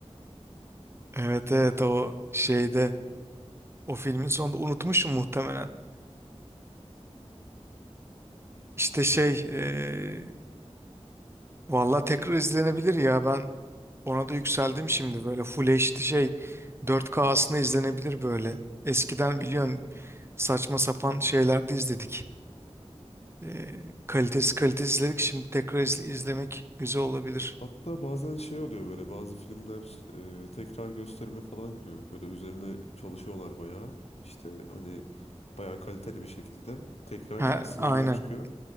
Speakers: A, on the right; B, on the left.
A: Evet evet o şeyde o filmin sonunda unutmuşum muhtemelen. İşte şey e, valla tekrar izlenebilir ya ben ona da yükseldim şimdi böyle Full HD şey 4K aslında izlenebilir böyle. Eskiden biliyorsun saçma sapan şeylerde izledik. E, kalitesi kalitesi izledik şimdi tekrar izle- izlemek güzel olabilir.
B: Hatta bazen şey oluyor böyle bazı filmler e, tekrar gösterime falan giriyor. Böyle üzerine çalışıyorlar bayağı. İşte hani bayağı kaliteli bir şekilde tekrar
A: Ha,
B: sinemaya
A: aynen
B: çıkıyor.